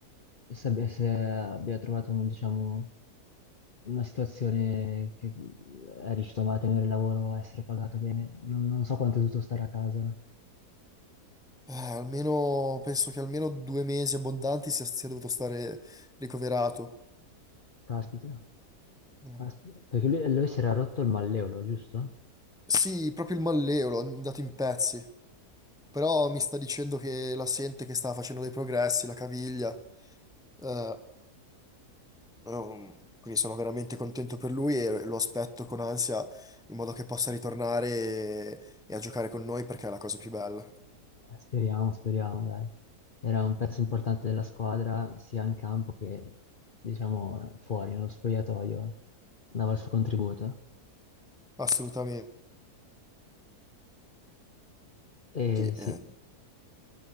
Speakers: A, on the left; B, in the centre.
A: se abbia, se abbia trovato, un, diciamo, una situazione che è riuscito a mantenere il lavoro, a essere pagato bene. Non, non so quanto è dovuto stare a casa.
B: Eh, almeno, penso che almeno due mesi abbondanti sia, sia dovuto stare ricoverato.
A: Caspita.
B: Mm.
A: Caspita. Perché lui, lui si era rotto il malleolo, giusto?
B: Sì, proprio il malleolo, è andato in pezzi, però mi sta dicendo che la sente che sta facendo dei progressi, la caviglia. Eh, Um, quindi sono veramente contento per lui e lo aspetto con ansia in modo che possa ritornare e, e a giocare con noi perché è la cosa più bella.
A: Eh, Speriamo, speriamo, dai. Era un pezzo importante della squadra, sia in campo che, diciamo, fuori, nello spogliatoio. Dava il suo contributo.
B: Assolutamente.
A: E
B: sì.
A: sì.
B: Eh,